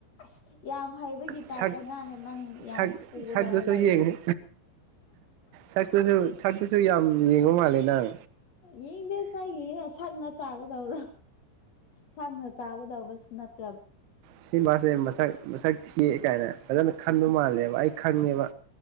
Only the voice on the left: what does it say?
ꯁ ꯅ ꯌꯥꯝ ꯍꯩꯕꯒꯤ
ꯇꯥꯏꯞꯇ ꯉꯥꯡꯉꯦ ꯅꯪ
ꯌꯥꯝ ꯐꯨꯒꯗꯕ
ꯂꯩꯔꯦ
ꯌꯦꯡꯗ ꯆꯥꯏꯒꯤꯔ ꯁꯛꯅ ꯆꯥꯒꯗꯧꯔꯣ ꯁꯛꯅ ꯆꯥꯒꯗꯧꯕꯁꯨ ꯅꯠꯇ